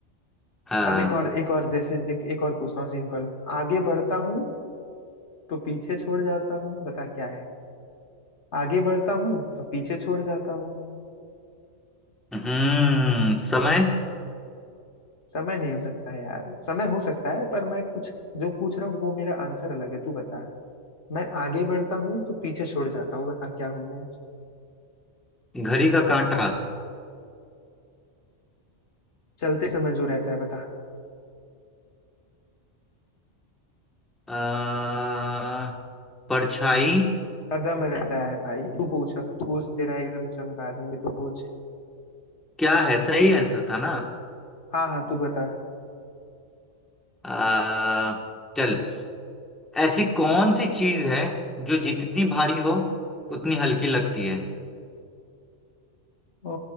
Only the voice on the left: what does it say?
अब एक
और एक और जैसे देख एक और पूछता हूँ सिंपल आगे बढ़ता हूँ तो पीछे छोड़ जाता हूँ बता क्या है आगे बढ़ता हूँ तो पीछे छोड़ जाता हूँ
समय नहीं हो सकता यार समय हो सकता है पर मैं कुछ जो पूछ रहा हूँ वो मेरा आंसर अलग है तू बता मैं आगे बढ़ता हूँ तो पीछे छोड़ जाता हूँ बता क्या हूँ मैं
चलते समय जो रहता है बता
कदम रहता है भाई तू पूछ अब तू पूछ तेरा एकदम चमका देंगे तू पूछ
हाँ हाँ तू बता
ओ,